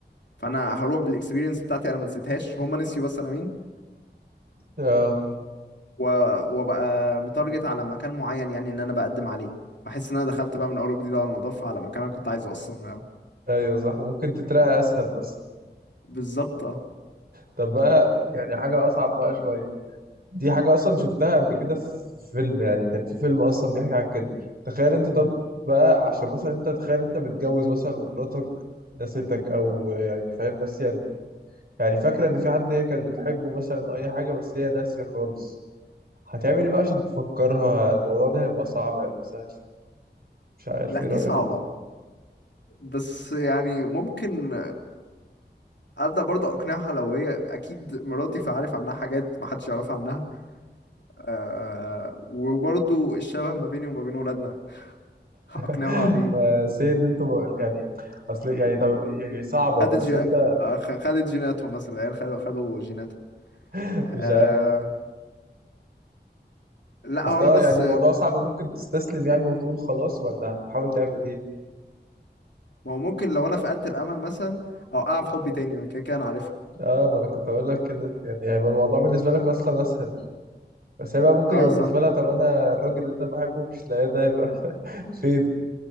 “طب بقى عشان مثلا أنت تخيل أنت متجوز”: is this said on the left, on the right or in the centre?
Right